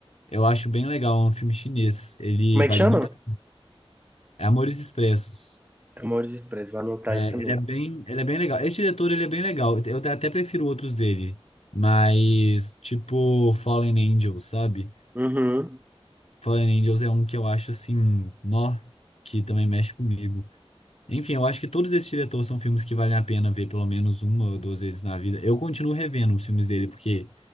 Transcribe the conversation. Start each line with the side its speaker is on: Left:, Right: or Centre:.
Left: Eu acho bem legal, é um filme chinês. Ele
Right: Como é
Left: vale
Right: que chama?
Left: muito. a- É Amores Expressos.
Right: Amores Expressos, vou anotar
Left: É,
Right: isso também.
Left: ele é bem, ele é bem legal. Esse diretor, ele é bem legal. Eu te- até prefiro outros dele, mas tipo Fallen Angels, sabe?
Right: Uhum.
Left: Fallen Angels é um que eu acho assim, nó, que também mexe comigo. Enfim, eu acho que todos esses diretores são filmes que valem a pena ver pelo menos uma ou duas vezes na vida. Eu continuo revendo os filmes dele porque